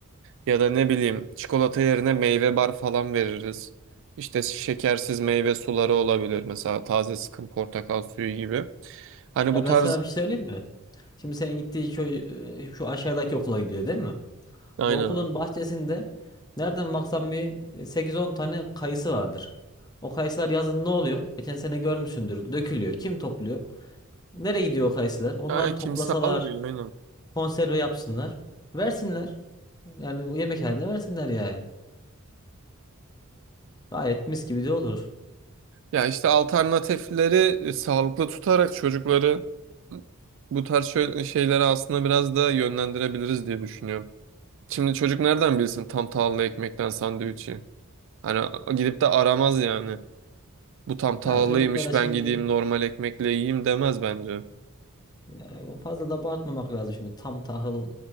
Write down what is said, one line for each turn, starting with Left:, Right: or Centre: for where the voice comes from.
Right: Ya da ne bileyim çikolata yerine meyve bar falan veririz. İşte şekersiz meyve suları olabilir mesela taze sıkım portakal suyu gibi. Hani
Left: Ya
Right: bu tarz
Left: ben sana bir şey söyleyeyim mi? Şimdi senin gittiği köy e, şu aşağıdaki okula gidiyor değil mi?
Right: aynen
Left: O okulun
Right: abi.
Left: bahçesinde nereden baksan bir e, 8-10 tane kayısı vardır. O kayısılar yazın ne oluyor? Geçen sene görmüşsündür. Dökülüyor. Kim topluyor? Nereye gidiyor o kayısılar? Onlar
Right: Yani kimse
Left: toplasalar,
Right: almıyor aynen.
Left: konserve yapsınlar. Versinler. Yani o yemekhanede versinler yani. Gayet mis gibi de olur.
Right: Ya işte alternatifleri e, sağlıklı tutarak çocukları bu tarz şöyle şeylere aslında biraz da yönlendirebiliriz diye düşünüyorum. Şimdi çocuk nereden bilsin tam tahıllı ekmekten sandviçi? Hani gidip de aramaz yani. Bu tam tahıllıymış
Left: Ya çocuklara şimdi
Right: ben gideyim normal ekmekle yiyeyim demez bence.
Left: Ya fazla da abartmamak lazım şimdi tam tahıl